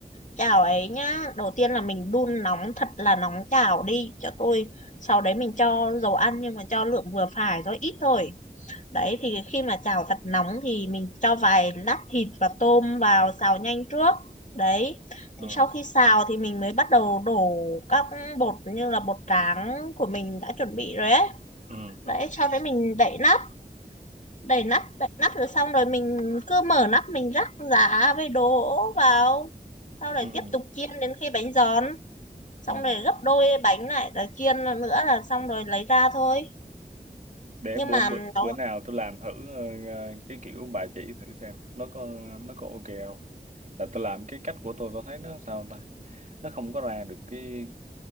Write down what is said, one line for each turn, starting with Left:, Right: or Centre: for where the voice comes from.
Left: chảo ấy nhá đầu tiên là mình đun nóng thật là nóng chảo đi cho tôi sau đấy mình cho dầu ăn nhưng mà cho lượng vừa phải rồi ít thôi đấy
Right: ừ
Left: thì khi mà chảo thật nóng thì mình cho vài lát thịt và tôm vào xào nhanh trước đấy
Right: ờ,
Left: thì sau khi xào thì mình mới bắt đầu đổ các bột như là bột tráng của mình đã chuẩn bị rồi ấy
Right: ừ
Left: đấy sau đấy mình đậy nắp đậy nắp đậy nắp rồi xong rồi mình cứ mở nắp mình rắc giá với đổ vào sau đấy
Right: ừ ừ
Left: tiếp tục chiên đến khi bánh giòn xong
Right: ừ.
Left: rồi gấp đôi bánh lại rồi chiên nữa là xong rồi lấy ra thôi
Right: để
Left: nhưng
Right: bữa
Left: mà
Right: bữa
Left: nó
Right: bữa nào tôi làm thử ờ, ờ, cái kiểu bà chỉ thử xem nó có nó có ok không là tôi làm cái cách của tôi tôi thấy nó sao ta nó không có ra được cái